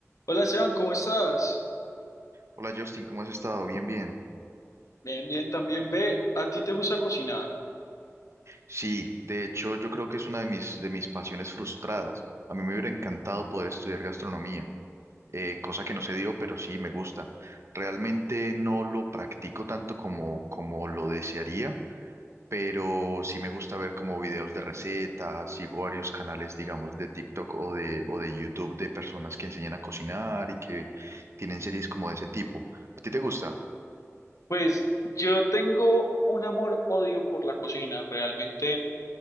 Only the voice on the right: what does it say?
Hola Justin, ¿cómo has estado? Bien, bien.
Sí, de hecho yo creo que es una de mis, de mis pasiones frustradas. A mí me hubiera encantado poder estudiar gastronomía, eh, cosa que no se dio, pero sí me gusta. Realmente no lo practico tanto como, como lo desearía, pero sí me gusta ver como videos de recetas, sigo varios canales, digamos, de TikTok o de, o de YouTube de personas que enseñan a cocinar y que tienen series como de ese tipo. ¿A ti te gusta?